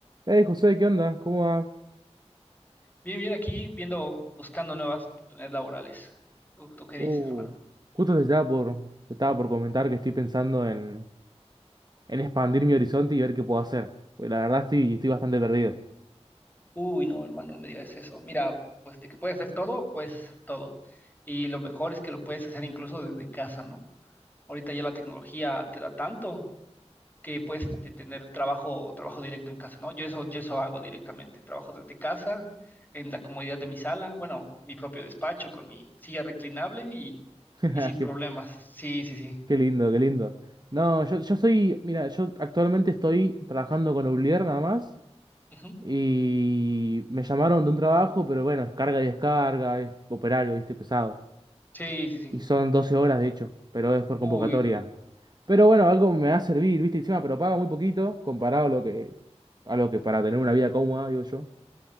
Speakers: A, on the right; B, on the left.
A: Hey José, ¿qué onda? ¿Cómo va?
B: Bien, bien, aquí viendo, buscando nuevas oportunidades laborales. ¿Tú, tú qué
A: Uh,
B: dices, hermano?
A: justo te estaba por, te estaba por comentar que estoy pensando en, en expandir mi horizonte y ver qué puedo hacer. Porque la verdad estoy, estoy bastante perdido.
B: Uy, no, hermano, no me digas eso. Mira, pues de que puedes hacer todo, puedes hacer todo. Y lo mejor es que lo puedes hacer incluso desde casa, ¿no? Ahorita ya la tecnología te da tanto que puedes este, tener trabajo, trabajo directo en casa, ¿no? Yo eso, yo eso hago directamente. Trabajo desde casa, en la comodidad de mi sala, bueno, mi propio despacho con mi silla reclinable y,
A: <laughs>
B: y sin problemas.
A: Qué,
B: Sí, sí, sí.
A: qué lindo, qué lindo. No, yo, yo soy, mira, yo actualmente estoy trabajando con Oblier nada más.
B: Ujú.
A: Y me llamaron de un trabajo, pero bueno, es carga y descarga, es operario, viste, pesado.
B: Sí, sí, sí.
A: Y son 12 horas de hecho, pero es por convocatoria.
B: Uy, no.
A: Pero bueno, algo me va a servir, ¿viste? Encima, pero paga muy poquito comparado a lo que, a lo que para tener una vida cómoda, digo yo.